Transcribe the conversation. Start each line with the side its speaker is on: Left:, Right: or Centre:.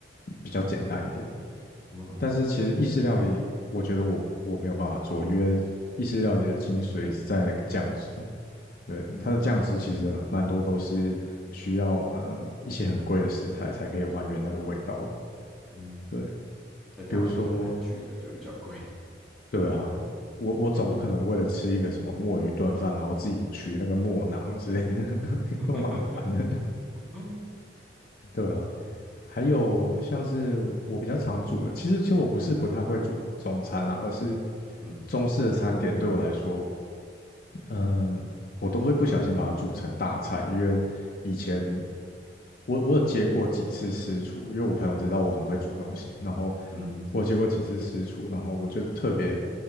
Left: 比较简单一点。
Centre: 哦
Left: 但是其实意式料理，我觉得我我没有办法做，因为意式料理的精髓是在那个酱汁。对，
Centre: 嗯
Left: 它的酱汁其实蛮多都是需要嗯，一些很贵的食材才可以还原那个味道。
Centre: 嗯，
Left: 对，
Centre: 在台湾比较难去的，
Left: 比如说，
Centre: 就比较贵。
Left: 对啊，我我总不可能为了吃一个什么墨鱼炖饭，然后自己取那个墨囊之类的，<laughs> 有够麻烦的。
Centre: <laughs> 嗯
Left: 对啊，还有像是我比较常煮的，其实其实我不是不太会煮中餐啦，而是
Centre: 嗯
Left: 中式的餐点对我来说，嗯，我都会不小心把它煮成大菜，因为以前我我有接过几次私厨，因为我朋友知道我很会煮东西，然后
Centre: 哼
Left: 我接过几次私厨，然后我就特别